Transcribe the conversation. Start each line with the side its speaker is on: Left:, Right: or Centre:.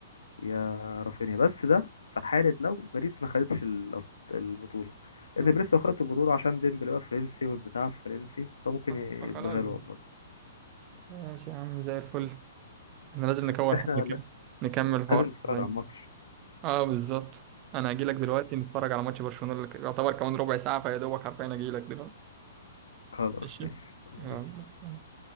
Left: يا رافينيا بس ده في حالة لو باريس ما خدتش ال- البطولة لأن
Right: <laughs>
Left: باريس لو خدت البطولة عشان ديمبلي بقى فرنسي والبتاع فرنسي فممكن
Right: آه،
Left: ي-
Right: خلاص
Left: يدوها
Right: بقى.
Left: له والله
Right: ماشي يا عم زي الفل احنا لازم نكون
Left: بس إحنا لا-
Right: نكمل نكمل الحوار
Left: لازم نتفرج
Right: شوية.
Left: على الماتش
Right: اه بالظبط انا هجيلك دلوقتي نتفرج على ماتش برشلونة اللي يعتبر كمان ربع ساعة فيا دوبك حرفيا هجيلك دلوقتي
Left: خلاص
Right: ماشي
Left: ماشي يلا
Right: يلا
Left: بينا.
Right: سلام